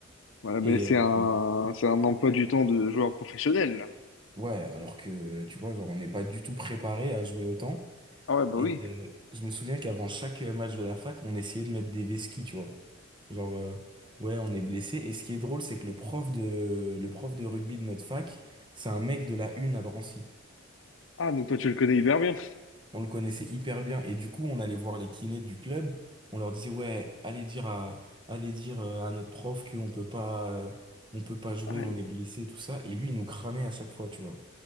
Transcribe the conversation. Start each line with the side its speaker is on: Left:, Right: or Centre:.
Left: voilà, mais
Right: et
Left: c'est un, c'est un emploi du temps de joueur professionnel, là.
Right: Ouais, alors que tu vois, genre, on n'est pas du tout préparé à jouer autant.
Left: Ah ouais, bah
Right: Et
Left: oui.
Right: euh, je me souviens qu'avant chaque euh, match de la fac, on essayait de mettre des vesquis, tu vois. Genre, euh, ouais, on est blessé. Et ce qui est drôle, c'est que le prof de, le prof de rugby de notre fac, c'est un mec de la une à Drancy.
Left: Ah, donc toi, tu le connais hyper bien.
Right: On le connaissait hyper bien. Et du coup, on allait voir les kinés du club. On leur disait, ouais, allez dire à, allez dire euh, à notre prof qu'on peut pas, euh, on peut pas jouer,
Left: Ah,
Right: on
Left: l-
Right: est blessé, tout ça. Et lui, il nous cramait à chaque fois, tu vois.